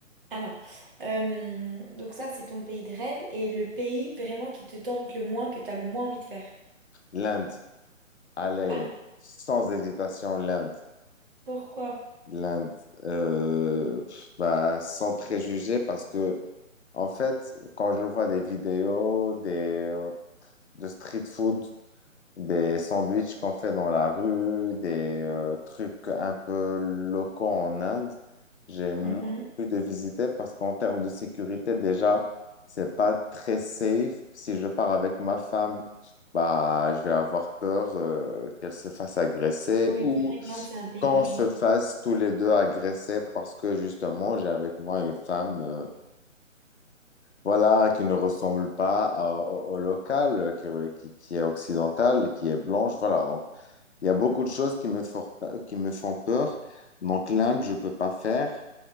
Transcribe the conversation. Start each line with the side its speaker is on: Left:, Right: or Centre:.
Right: alors, euh, donc ça c'est ton pays de rêve et le pays vraiment qui te tente le moins, que tu as le moins envie de faire.
Left: L'Inde, allez,
Right: Ah,
Left: sans hésitation, l'Inde,
Right: pourquoi?
Left: l'Inde, euh, pff, bah, sans préjugés, parce que, en fait, quand je vois des vidéos, des euh, de street food, des sandwichs qu'on fait dans la rue, des euh, trucs un peu locaux en Inde, j'ai moins
Right: Mhm.
Left: envie de visiter parce qu'en termes de sécurité, déjà, c'est pas très safe. Si je pars avec ma femme, bah, je vais avoir peur euh, qu'elle se fasse agresser
Right: Oui,
Left: ou
Right: c'est vrai que l'Inde c'est un pays
Left: qu'on
Right: dangereux.
Left: se fasse tous les deux agresser parce que justement, j'ai avec moi une femme. euh, voilà, qui ne ressemble pas à- au, au local, euh, qui, re- qui, qui est occidental et qui est blanche. Voilà, donc il y a beaucoup de choses qui me, for- qui me font peur. Donc l'Inde, je peux pas faire.